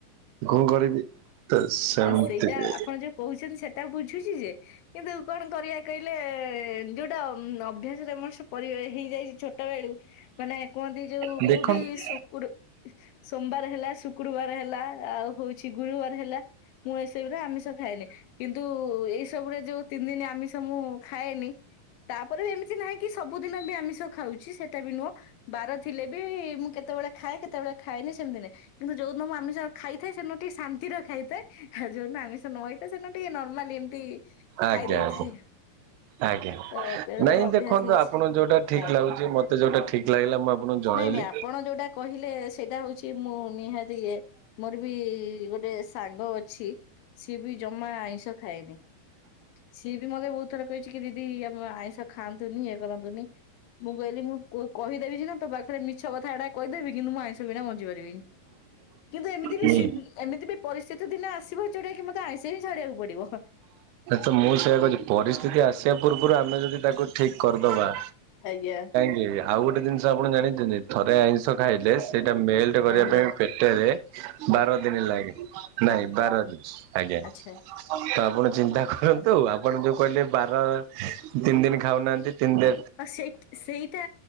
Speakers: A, on the right; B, on the left.
A: କଣ କରିକି ତ ସେମିତି
B: ତ ସେଇଟା
A: ବି
B: ଆପଣ ଯୋଉ କହୁଛନ୍ତି ସେଟା ବୁଝୁଛି ଯେ କିନ୍ତୁ କଣ କରିବା କହିଲେ ଯୋଉଟା ଉଁ, ଅଭ୍ୟାସରେ ମଣିଷ ପରିଅ ହେଇଯାଇଛି ଛୋଟ ବେଳୁ ମାନେ କୁହନ୍ତି ଯୋଉ
A: ଦେଖନ୍ତୁ
B: ମୁଁ ବି ଶୁକ୍ରୁ ସୋମବାର ହେଲା ଶୁକ୍ରୁବାର ହେଲା ଆଉ ହଉ ଛି ଗୁରୁବାର ହେଲା ମୁଁ ଏସବୁରେ ଆମିଷ ଖାଏନି। କିନ୍ତୁ ଏଇ ସବୁରେ ଯୋଉ ତିନିଦିନ ଆମିଷ ମୁଁ ଖାଏନି। ତାପରେ ବି ଏମିତି ନାହାଁ କି ସବୁଦିନ ବି ଆମିଷ ଖାଉଛି ସେଟା ବି ନୁଅଁ। ବାର ଥିଲେ ବି ମୁଁ କେତେବେଳେ ଖାଏ କେତେବେଳେ ଖାଏନି ସେମିତି ନାଇଁ, କିନ୍ତୁ ଯୋଉଦିନ ମୁଁ ଆମିଷ ଖାଇଥାଏ ସେଦିନ ଟିକେ ଶାନ୍ତିରେ ଖାଇଥାଏ ଯୋଉ ଦିନ ଆମିଷ ନ ହେଇଥାଏ ସେ ଦିନ ଟିକେ ନର୍ମାଲି ଏମିତି
A: ଆଜ୍ଞା
B: ଖାଇ ଦେଇଥାଏ।
A: ଆଜ୍ଞା ଆଜ୍ଞା
B: ତ ବେଳେ
A: ନାଇଁ
B: ଗୋଟେ ଅଭ୍ୟାସ
A: ଦେଖନ୍ତୁ
B: ହେଇଛି
A: ଆପଣଙ୍କୁ ଯୋଉଟା ଠିକ
B: ଆଜ୍ଞା।
A: ଲାଗୁଛି ମତେ ଯୋଉଟା ଠିକ ଲାଗିଲା ମୁଁ ଆପଣଙ୍କୁ ଜଣେଇଲି।
B: ନାଇଁ ନାଇଁ ଆପଣ ଯୋଉଟା କହିଲେ ସେଇଟା ହୋଉଛି ମୁଁ ନିହାତି ଇଏ ମୋର ବି ବି ଗୋଟେ ସାଙ୍ଗ ଅଛି ସିଏ ବି ଜମା ଆଇଁଷ ଖାଏନି। ସିଏ ବି ମତେ ବହୁତ ଥର କହିଛି କି ଦିଦି ଆମ ଆଇଁଷ ଖାଆନ୍ତୁନି ଇଏ କରନ୍ତୁନି। ମୁଁ କହିଲି ମୁଁ କ କହିଦେବି ସିନା ତୋ ପାଖରେ ମିଛ କଥାଏଟା କହିଦେବି କିନ୍ତୁ ମୁଁ ଆଇଁଷ ବିନା ବଞ୍ଚି ପାରିବିନି। କିନ୍ତୁ ଏମିତି
A: ହୁଁ
B: ବି ସି ଏମିତି ବି ପରିସ୍ଥିତି ଦିନେ ଆସିବ ଯୋଉଟା କି ମତେ ଆଇଷ ହିଁ ଛାଡ଼ିବାକୁ ପଡ଼ିବ।
A: ତ ମୁଁ ସେଇଆ କହୁଛି ପରିସ୍ଥିତି ଆସିବା ପୂର୍ବରୁ ଆମେ ଯଦି ତାକୁ ଠିକ କରିଦବା
B: ଆଜ୍ଞା।
A: ଗ୍ୟା ଆଉ ଗୋଟେ ଜିନିଷ ଆପଣ ଜାଣିଛନ୍ତି ଥରେ ଆଇଁଷ ଖାଇଲେ ସେଇଟା ମେଲ ଟେ କରିବା
B: ଆଜ୍ଞା
A: ପାଇଁ ପେଟରେ ବାର ଦିନି ଲାଗେ ନାଇଁ ବାର ଦିନ। ଆଜ୍ଞା।
B: ଆଚ୍ଛା।
A: ତ ଆପଣ ଚିନ୍ତା କରନ୍ତୁ ଆପଣ ଯୋଉ କହିଲେ ବାର ତିନି ଦିନ ଖାଉନାହାନ୍ତି ତିନି ଦି
B: ଆ ସେଇ ସେଇଟା